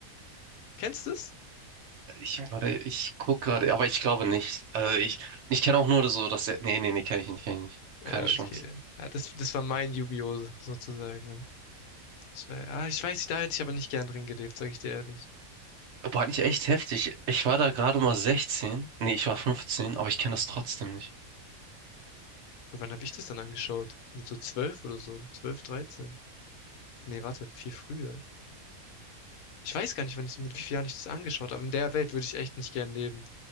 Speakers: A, on the left; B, on the right.
A: Kennst du das?
B: Ich, warte, ich guck gerade, aber ich glaube nicht. Also ich, ich kenne auch nur so, dass der, nee, nee, nee, kenne ich nicht, kenne ich nicht.
A: Ja,
B: Keine Chance.
A: okay. Ja, das, das war mein Yu-Gi-Oh! sozusagen. ne? Das war, ah, ich weiß nicht, da hätte ich aber nicht gern drin gelebt, sag ich dir ehrlich.
B: Aber hat nicht echt heftig. Ich war da gerade mal 16. Nee, ich war 15, aber ich kenne das trotzdem nicht.
A: Und wann habe ich das dann angeschaut? Mit so zwölf oder so, zwölf, dreizehn. Nee, warte, viel früher. Ich weiß gar nicht, wann ich, mit wie vielen Jahren ich das angeschaut habe. In der Welt würde ich echt nicht gern leben.